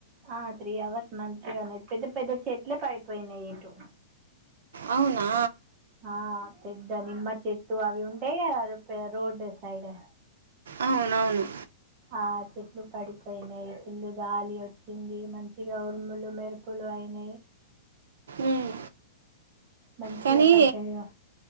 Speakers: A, on the right; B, on the right.
A: ఆ త్రీ అవర్స్ మంచిగ ఉన్నాది పెద్ద పెద్ద చెట్లే పడిపోయినాయి ఇటు
B: అవునా
A: ఆ పెద్ద నిమ్మ చెట్టు అవి ఉంటాయి రోడ్ సైడ్
B: అవునవును
A: ఆ చెట్లు పడిపోయినాయి ఇల్లు గాలి వచ్చింది మంచిగా ఉరుములు మేర అప్పులు అయినాయి
B: ఉమ్,
A: మంచిగ
B: కానీ
A: పడ్డాయిగా